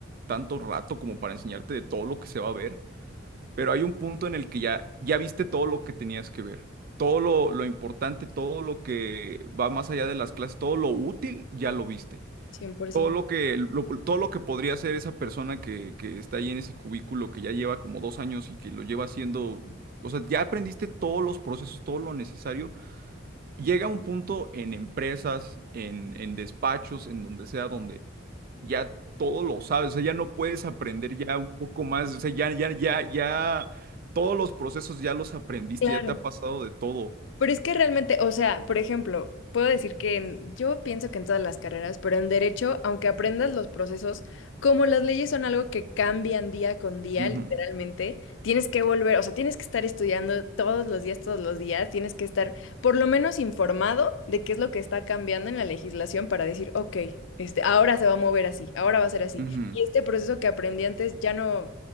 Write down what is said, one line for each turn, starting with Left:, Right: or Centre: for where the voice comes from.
Right: tanto rato como para enseñarte de todo lo que se va a ver pero hay un punto en el que ya, ya viste todo lo que tenías que ver. Todo lo, lo importante, todo lo que va más allá de las clases, todo lo útil, ya lo viste.
Left: 100%.
Right: Todo lo que, lo- todo lo que podría hacer esa persona que, que está ahí en ese cubículo, que ya lleva como dos años y que lo lleva haciendo, o sea, ya aprendiste todos los procesos, todo lo necesario. Llega un punto en empresas, en, en despachos, en donde sea, donde ya todo lo sabes, o sea, ya no puedes aprender ya un poco más, o sea, ya, ya, ya, ya, todos los procesos ya los aprendiste,
Left: Claro.
Right: ya te ha pasado de todo.
Left: Pero es que realmente, o sea, por ejemplo, puedo decir que en- yo pienso que en todas las carreras, pero en derecho, aunque aprendas los procesos, como las leyes son algo que cambian día con día,
Right: Ujú,
Left: literalmente, tienes que volver, o sea, tienes que estar estudiando todos los días, todos los días, tienes que estar por lo menos informado de qué es lo que está cambiando en la legislación para decir, ok, este, ahora se va a mover así, ahora va a ser así.
Right: ujú,
Left: Y este proceso que aprendí antes ya no,